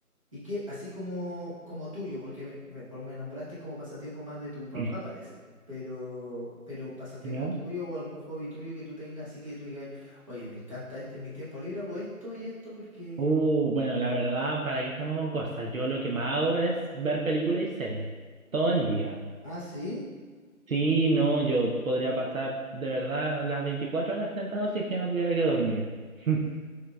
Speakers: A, on the right; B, on the right.
A: Y que así como, como tuyo, porque me, me, por- me nombraste como pasatiempo más de tu papá,
B: <clears throat>
A: parece. Pero, pero pasatiempo
B: ¿ya?
A: tuyo o algún hobby tuyo que tú tengas, así que tú digas, oye, me encanta esto, en mis tiempos libres hago esto y esto porque...
B: Uh, bueno, la verdad, ¿para qué estamos con cosas? Yo lo que más hago es ver películas y series todo el día.
A: Ah, sí.
B: Sí, no, yo podría pasar de verdad las 24 horas sentado si es que no tuviera que dormir. <laughs>
A: Mira,